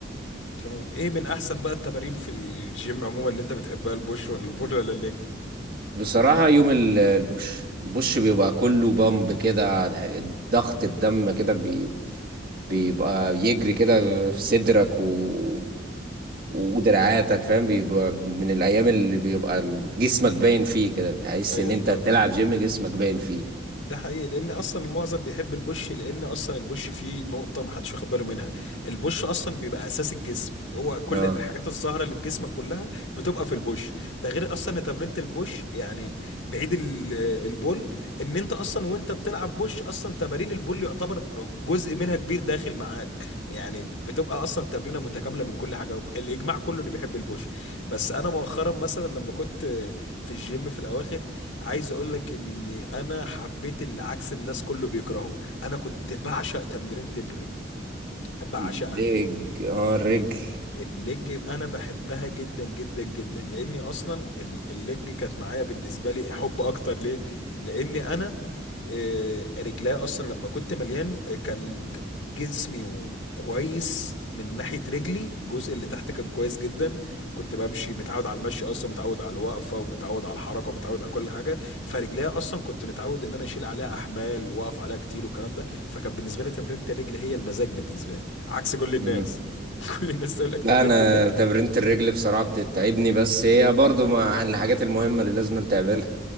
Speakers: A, on the left; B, on the right.
A: تمام ايه من احسن بقى التمارين في الجيم عموما اللي انت بتحبها البوش ولا البول ولا الليج
B: بصراحة يوم ال- البوش البوش بيبقى كله بامب كده ضغط الدم كده بي بيبقى يجري كده في صدرك و... ودراعاتك فاهم بيبقى من الأيام اللي بيبقى جسمك باين فيه كده تحس
A: ايوه
B: إن أنت
A: انت
B: تلعب جيم جسمك باين فيه
A: ده حقيقي لان اصلا المعظم بيحب البوش لان اصلا البوش فيه نقطه ما حدش واخد باله منها البوش اصلا بيبقى اساس الجسم هو كل
B: اه
A: الحاجات الزهره اللي في جسمك كلها بتبقى في البوش ده غير اصلا إن تمرينه البوش يعني بعيد ال- آه، البول ان انت اصلا وانت بتلعب بوش اصلا تمارين البول يعتبر جزء منها كبير داخل معاك يعني بتبقى اصلا تمرينه متكامله من كل حاجه الاجماع كله انه بيحب البوش بس انا مؤخرا مثلا لما كنت في الجيم في الاواخر عايز اقول لك ان انا حبيت اللي عكس الناس كله بيكرهه انا كنت بعشق تمرينة الرجل بعشقها
B: الرجل اه الرجل
A: الليج انا بحبها جدا جدا جدا لاني اصلا ال- الليج كانت معايا بالنسبه لي حب اكتر ليه لاني انا آه، رجليا اصلا لما كنت مليان آه، كان ج- جسمي و- كويس من ناحيه رجلي الجزء اللي تحت كان كويس جدا كنت بمشي متعود على المشي اصلا متعود على الوقفه ومتعود على الحركه ومتعود على كل حاجه فرجليا اصلا كنت متعود ان انا اشيل عليها احمال واقف عليها كتير والكلام ده فكان بالنسبه لي تمرينة الرجل هي المزاج بالنسبه لي عكس كل
B: مم.
A: الناس <laughs> كل الناس تقول لك
B: لا
A: تمرينة
B: أنا
A: الليج
B: تمرينة الرجل بصراحة بتتعبني بس هي برضو مع- عن الحاجات المهمة اللي لازم تعملها